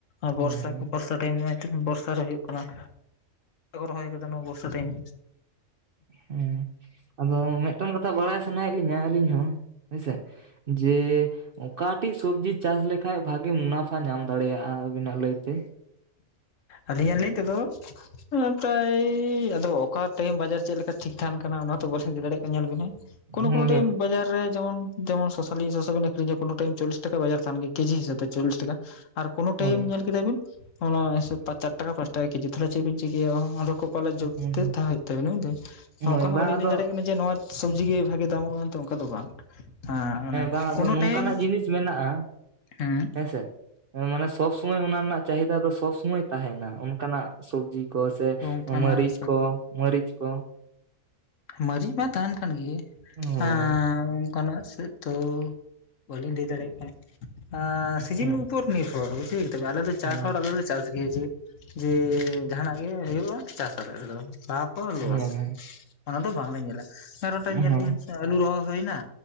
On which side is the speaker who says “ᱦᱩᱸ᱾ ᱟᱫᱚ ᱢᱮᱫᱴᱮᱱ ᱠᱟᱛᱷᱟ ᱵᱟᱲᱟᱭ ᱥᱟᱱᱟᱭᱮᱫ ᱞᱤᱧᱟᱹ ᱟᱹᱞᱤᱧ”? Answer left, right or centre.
Right